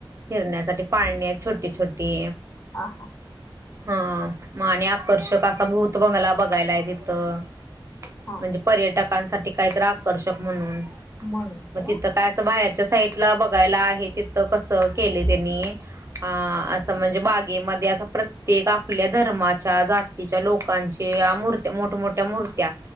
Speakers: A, on the right; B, on the left.
A: फिरण्यासाठी पाळण्यात छोटी छोटी
B: हा
A: हा म आणि आकर्षक असा भूत बंगला बघायला आहे तिथं
B: हा
A: म्हणजे पर्यटकांसाठी काहीतर आकर्षक म्हणून
B: म्हणून ते
A: मग
B: हा
A: तिथं काय असं बाहेरच्या साईडला बघायला आहे तिथं कसं केले त्यांनी अ असं म्हणजे बागेमध्ये असं प्रत्येक आपल्या धर्माच्या जात तिच्या लोकांच्या मूर्त्या मोठ्यामोठ्या मूर्त्या